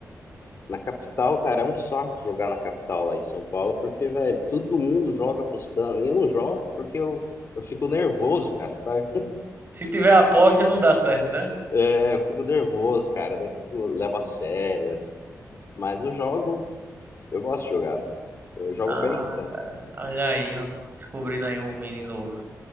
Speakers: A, on the left; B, on the right.
A: Na capital, cara, é um saco jogar na capital lá em São Paulo, porque, velho, todo mundo joga apostando. E eu não jogo porque eu, eu fico nervoso, cara, sabe?
B: Se tiver aposta, não dá certo, né?
A: É, eu fico nervoso, cara. Daí fico, levo a sério. Mas eu jogo, eu gosto de jogar, mano. Eu jogo
B: Ah,
A: bem até.
B: cara, olha aí, ó. Descobrindo aí um Vini novo.